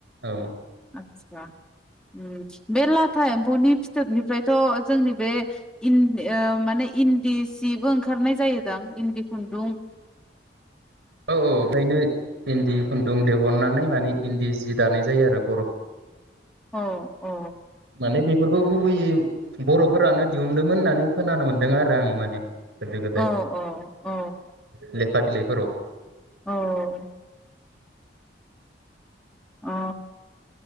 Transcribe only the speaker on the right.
औ
औ औ ओंखायनो इन्दि खुन्दुं दिहुननानै माने इन्दि जि दानाय जायो आरो बर'
माने बेफोरखौ गुबैयै बर'फोरानो दिहुनदोंमोन होननानै खोनानो मोन्दों आरो आं माने। गोदो गोदाय
लेखा बिलाइफोराव